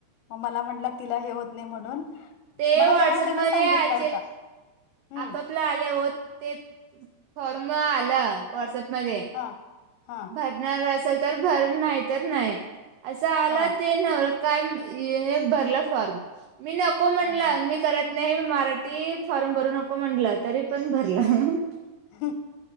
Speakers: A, on the left; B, on the right.
A: म मला म्हटला तिला हे होत नाही म्हणून <unintelligible>
B: ते
A: मला
B: व्हॉट्सअप
A: तेव्हा त्यान
B: मध्ये
A: सांगितला
B: आचे
A: होता हम्
B: आपापला
A: <unintelligible>
B: आले हो ते फॉर्म आला <unintelligible> व्हॉट्सअप मध्ये
A: हा हा
B: भरणार असेल तर भर नाही तर नाही <unintelligible> असं आला
A: हा
B: ते न काय भरला फॉर्म मी नक- <unintelligible> नको म्हणला
A: हा हा
B: मी करत नाही मराठी फॉर्म भरू नको म्हणला तरी पण भरला. <unintelligible>
A: अस